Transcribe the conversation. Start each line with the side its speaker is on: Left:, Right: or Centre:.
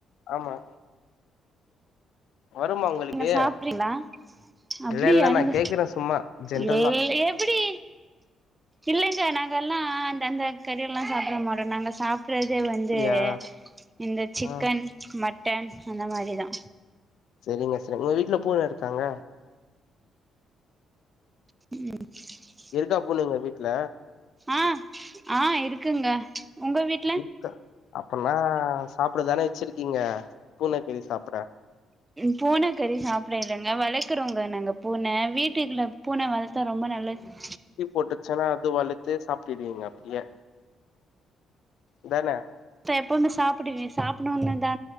Left: ஆமா வருமா உங்களுக்கு
Right: நீங்க சாப்றீங்களா அப்டியா
Left: இல்ல இல்ல நா
Right: நீங்க
Left: கேக்குறே சும்மா ஜென்ரலா
Right: ஏ எப்டி இல்லைங்க நாங்க எல்லா அந்த அந்த கறி எல்லா சாப்ட மாட்டோ நாங்க சாப் அப்பறதுே வந்து
Left: அப்டியா
Right: இந்த சிக்கன்
Left: ஆ
Right: மட்டன் அந்த மாதிரி தா
Left: சரிங்க சரி உங்க வீட்டுல பூன இருக்காங்க
Right: ம்
Left: இருக்கா பூனைங்க வீட்ல
Right: ஆ ஆ இருக்குங்க உங்க வீட்
Left: இருக்கு அப்பனா சாப்பிட தானே வச்சிருக்கீங்க பூனக்கறி சாப்ட
Right: பூன கறி சாப்பிட இலைங்க வளர்க்கறோங்க நாங்க பூனை வீட்டுக்குள்ள பூன வளர்த்தா ரொம்ப நல்லது
Left: போட்டுச்சன்னா அது வளர்த்து சாப்டுவீங்க அப்படியே தானே
Right: எப்பவுமே சாப்பிடு சாப்பிடணும்னு தா